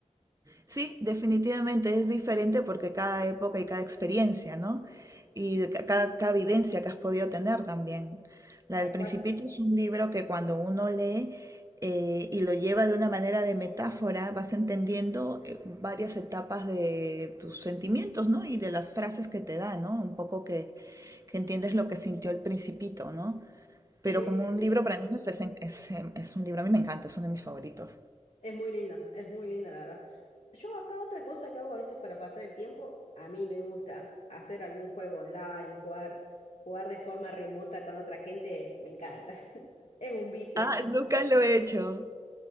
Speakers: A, on the right (about 25°); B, on the left (about 65°).
A: Sí, definitivamente es diferente porque cada época y cada experiencia, ¿no? Y de ca- cada, cada vivencia que has podido tener también. La
B: tal
A: del Principito
B: cual.
A: es un libro que cuando uno lee eh, y lo lleva de una manera de metáfora, vas entendiendo eh, varias etapas de tus sentimientos, ¿no? Y de las frases que te da, ¿no? Un poco que, que entiendes lo que sintió el Principito, ¿no? Pero
B: Sí,
A: como
B: sí, sí,
A: un libro
B: sí.
A: para niños es, en- es, em, es un libro, a mí me encanta, es uno de mis favoritos.
B: Es muy linda, es muy linda la verdad. Yo acá otra cosa que hago a veces para pasar el tiempo, a mí me gusta hacer algún juego online, jugar, jugar de forma remota con otra gente, me encanta. <laughs> Es un vicio.
A: Ah, nunca lo he hecho.